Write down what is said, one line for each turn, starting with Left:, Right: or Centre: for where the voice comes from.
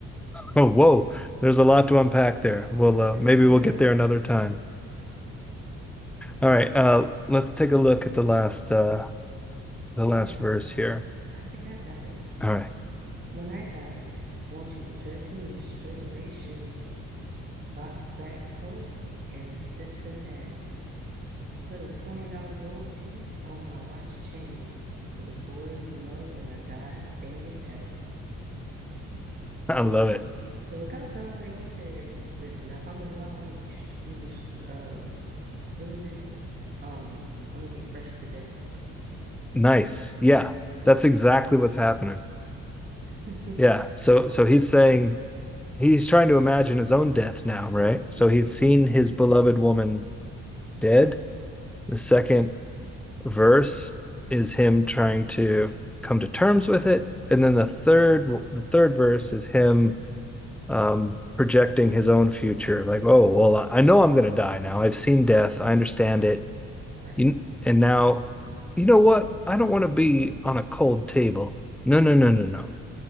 Centre: oh, whoa, there's a lot to unpack there. We'll
Right: <laughs>
Centre: uh,
Right: There-
Centre: maybe
Right: There's
Centre: we'll get
Right: a
Centre: there another time. All right, uh, let's take a look at the last uh,
Right: <laughs>
Centre: the last
Right: yeah.
Centre: verse here.
Right: I think I got it.
Centre: All right.
Right: When I die, want you to dress me in straight lace shoes. box back coat, and a Stetson hat. To put a $20 gold piece on my watch chain so the boys will know that I died standing pat.
Centre: <laughs> I
Right: So
Centre: love
Right: it's
Centre: it.
Right: so it kind of sounds like he said, "Listen, if I'm gonna go out, I'm gonna be, sh I'm gonna be, sh um, what is it? Um, I'm gonna be fresh to death."
Centre: Nice. Yeah. That's exactly what's happening.
Right: <laughs>
Centre: Yeah. So so he's saying he's trying to imagine his own death now, right? So he's seen
Right: hmm
Centre: his beloved woman dead. The second verse is him trying to come to terms with it, and then the third the third verse is him um, projecting his own future, like, oh well, I know I'm going to die now. I've seen death. I understand it.
Right: Right.
Centre: You, and now, you know what? I don't want to be on a cold table. No, no, no, no, no.